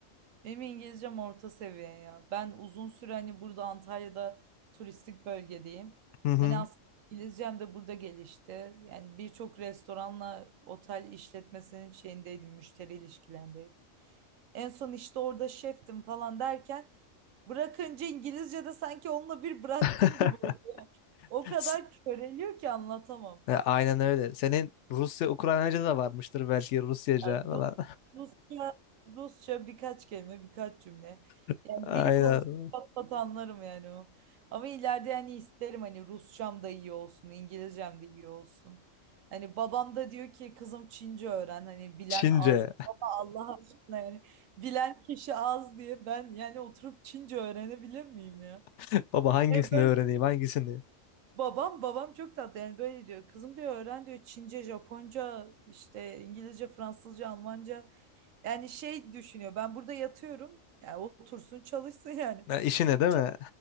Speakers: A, on the right; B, on the left.
A: Benim İngilizcem orta seviye ya. Ben uzun süre hani burada Antalya'da turistik bölgedeyim.
B: Hı hı.
A: Hani aslında İngilizcem de burada gelişti. Yani birçok restoranla otel işletmesinin şeyindeydim, müşteri ilişkilerindeydim. En son işte orada şeftim falan derken bırakınca İngilizce de sanki onunla bir bıraktım
B: <laughs>
A: gibi oldu. O
B: S-
A: kadar köreliyor ki anlatamam.
B: Ya Aynen öyle. Senin Rusya, Ukraynaca da varmıştır belki Rusyaca
A: Yani
B: falan.
A: Rus, Rusça, Rusça birkaç kelime, birkaç cümle.
B: <laughs>
A: Yani
B: Aynen.
A: biri konuşsa pat pat anlarım yani o. Ama ileride yani isterim hani Rusçam da iyi olsun, İngilizcem de iyi olsun. Hani babam da diyor ki kızım Çince öğren hani bilen
B: Çince.
A: az. Allah aşkına yani bilen kişi az diye ben yani oturup Çince öğrenebilir miyim ya?
B: <laughs> Baba hangisini
A: E böyle
B: öğreneyim hangisini?
A: babam babam çok tatlı yani böyle diyor. Kızım diyor öğren diyor Çince, Japonca, işte İngilizce, Fransızca, Almanca. Yani şey düşünüyor ben burada yatıyorum. Yani otursun çalışsın yani.
B: Ha, işine
A: <laughs>
B: değil
A: Ç-
B: mi?